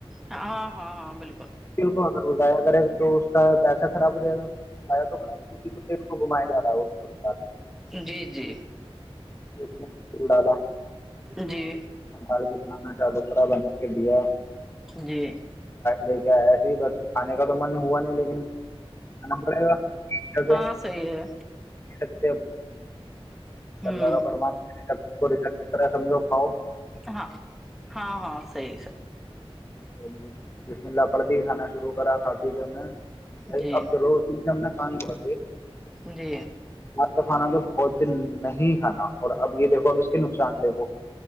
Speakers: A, in the centre; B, on the left (about 25°).
A: ہاں ہاں ہاں بالکل
B: بالک اگر وہ جایا کرے گا تو س پ خراب ہو جا تو ک کو گھمیا جا رہا ہے
A: جی جی
B: ہو <inaudible>
A: جی
B: ال کو بنانا چاہ لا بنا کے دیا
A: جی
B: لیک ایسے ہی بچ کھے کا تو من ہوا نہیں لیکنا پڑے گا
A: ہاں صحیح ہے
B: اب
A: ہوں
B: اللہ کا فمانبک طرح سمجھو کاؤ
A: ہاں ہاں ہاں سی سب
B: تو بسم اللہ پڑ دی کانا شروع کرا کھا پی کر نے بھائی
A: جی
B: اب چلو اسی سام نے پان پر
A: جی
B: کا کھانا تو بہت دن نہیں کھانا اور اب یہ دیکھو ب اس کے نقصان دے وہ